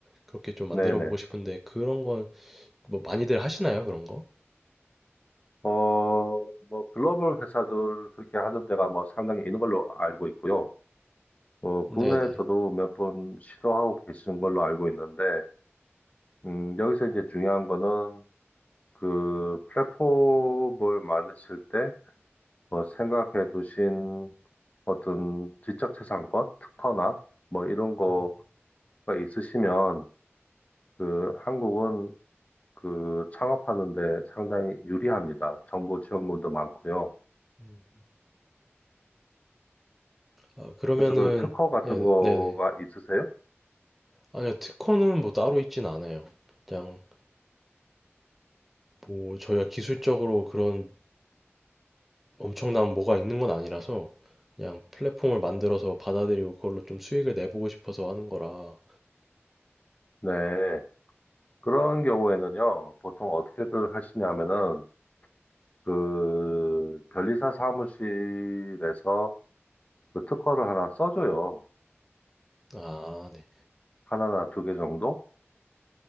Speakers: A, in the centre; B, on the left.
A: 그렇게 좀 만들어
B: 네네.
A: 보고 싶은데 그런 건 뭐 많이들 하시나요? 그런 거?
B: 어, 뭐 글로벌 회사들 그렇게 하는 데가 뭐 상당히 있는 걸로 알고 있고요. 어, 국내에서도
A: 네네.
B: 몇 번 시도하고 계시는 걸로 알고 있는데, 음, 여기서 이제 중요한 거는 그 플랫폼을 만드실 때 뭐 생각해 두신 어떤 지적 재산권, 특허나 뭐 이런 거가
A: 음,
B: 있으시면 그 한국은 그 창업하는데 상당히 유리합니다. 정부 지원금도 많고요.
A: 음. 아, 그러면은
B: 그래서 그런 특허 같은
A: 네네.
B: 거가
A: 네네.
B: 있으세요?
A: 아니요. 특허는 뭐 따로 있진 않아요. 그냥 뭐 저희가 기술적으로 그런 엄청난 뭐가 있는 건 아니라서 그냥 플랫폼을 만들어서 받아들이고 그걸로 좀 수익을 내보고 싶어서 하는 거라.
B: 네. 그런 경우에는요, 보통 어떻게들 하시냐면은 그 변리사 사무실에서 그 특허를 하나 써줘요.
A: 아, 네.
B: 하나나 두 개 정도?